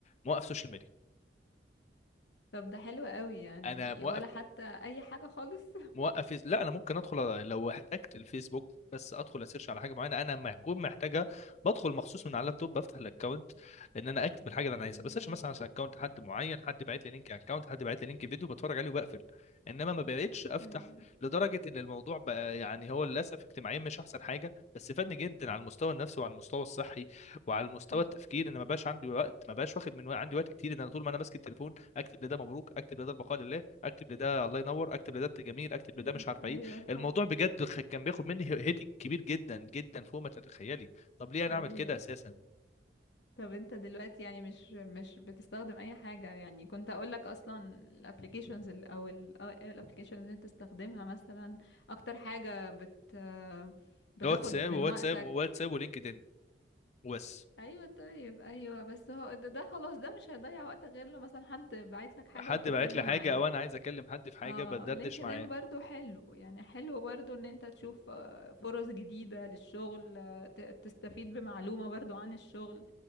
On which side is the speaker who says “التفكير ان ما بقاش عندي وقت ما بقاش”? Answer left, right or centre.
Left